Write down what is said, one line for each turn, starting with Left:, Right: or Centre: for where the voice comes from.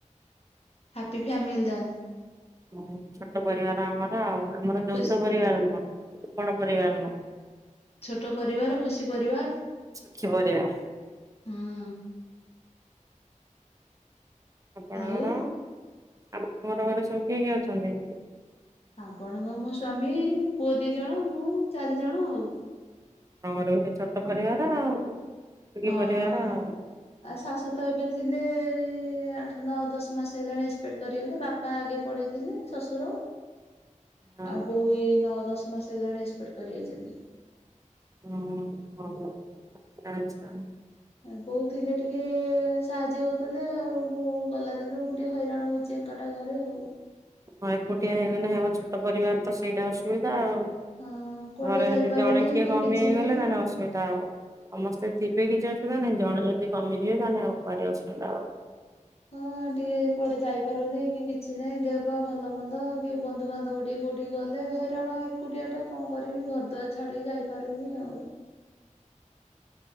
Left: ହାପି ଫାମିଲି <unintelligible>
Right: ହୁଁ, ଛୋଟ ପରିବାର ଆମର। ହଁ, ଆମର
Left: ଖୁସି
Right: ଯୌଥ ପରିବାର ନୁହଁ, ବଡ଼ ପରିବାର ନୁହଁ।
Left: ଛୋଟ ପରିବାର ଖୁସି ପରିବାର।
Right: ସୁଖୀ ପରିବାର।
Left: ହଁ
Right: ଆପଣଙ୍କର?
Left: ଆଉ
Right: ଆପଣଙ୍କର ଘରେ ସବୁ କିଏ କିଏ ଅଛନ୍ତି?
Left: ଆପଣଙ୍କ ମୋ ସ୍ଵାମୀ, ପୁଅ ଦି ଜଣ, ମୁଁ ଚାରି ଜଣ ଆଉ।
Right: ଆପଣଙ୍କର ବି ସେଇ ଛୋଟ ପରିବାର ଆଉ। ଏତିକି
Left: ହଁ।
Right: ପରିବାର
Left: ଆ,
Right: ଆଉ।
Left: ଶାଶୁ ତ ଏବେ ଥିଲେ, ଏଇ ଆଠ ନଅ ଦଶ ମାସ ହେଲାଣି ଏକ୍ସପେକ୍ଟ କରିଗଲେ, ବାପ୍ ବାପା ଆଗେ ପଡେଇଥିଲେ ଶଶୁର।
Right: ହଁ
Left: ଆଉ ବୋଉ ଏଇ ନଅ ଦଶ ମାସ ହେଲାଣି, ଏକ୍ସପେକ୍ଟ କରି ଯାଇଚନ୍ତି।
Right: ହୁଁ, ହ, ଆଛା ଆଛା।
Left: ବୋଉ ଥିଲେ ଟିକେ ସାହାଯ୍ୟ ହଉଥିଲେ ଆଉ, ବୋଉ ଗଲା ଦିନରୁ ମୁଁ ଟିକେ ହଇରାଣ ହଉଚି। ଏକାଟା ଘରେ ଆଉ।
Right: ହଁ, ଏକୁଟିଆ ହେଇଗଲେ ହେବ, ଛୋଟ ପରିବାର ତ, ସେଇଟା ଅସୁବିଧା ଆଉ।
Left: ହଁ କୁଆଡେ
Right: ଘରେ
Left: ଯାଇପାରୁନି
Right: ଯଦି ଜଣେ କିିଏ
Left: କି
Right: କମି
Left: କିଛି
Right: ହେଇଗଲେ,
Left: ନାହିଁ।
Right: ତାହେଲେ ଅସୁବିଧା ହେବ। ସମସ୍ତେ ଥିବେ କିଛି ଅସୁବିଧା ନାହିଁ, ଜଣେ ଯଦି କମିଯିବେ, ତାହେଲେ ଆଉ ଭାରି ଅସୁବିଧା ହବ।
Left: ହଁ, ଟିକେ କୁଆଡେ ଯାଇପାରୁନି, କି କିଛି ନାଇଁ, ଦେହ ପା ଭଲ ମନ୍ଦ କି ବନ୍ଧୁବାନ୍ଧବ ଟିକେ କୋଉଠି ଗଲେ, ହଇରାଣ, ଏକୁଟିଆ ଟା କଣ କରିବି? ଘରଦୁଆର ଛାଡିକି ଯାଇପାରୁନି ଆଉ।